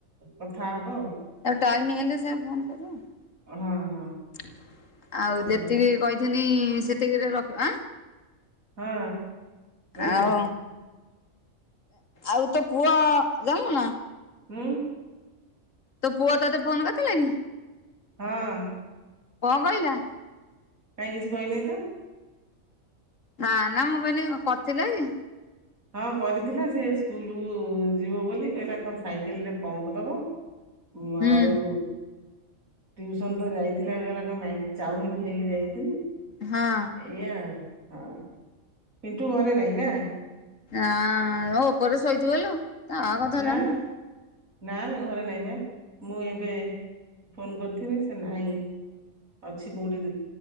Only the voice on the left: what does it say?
ଆଉ ଟାଇମ ହେଲେ ସେ ଫୋନ କରିବ।
ଆଉ
ଯେତିକି
କହିଥିଲି ସେତିକିରେ ରଖିବ ଆଁ?
ଆଉ ଆଉ ତୋ ପୁଅ ଜାଣିଲୁନା?
ତୋ ପୁଅ ତୋତେ ଫୋନ କରିଥିଲା କି?
କଣ କହିଲା?
ନା ନା ମୁଁ କହିଲି କରିଥିଲା କି?
ହୁଁ
ହଁ
ଆଁ ଉପରେ ଶୋଇଥିବଲ ତା ଆ କଥା
ଜାଣିନୁ।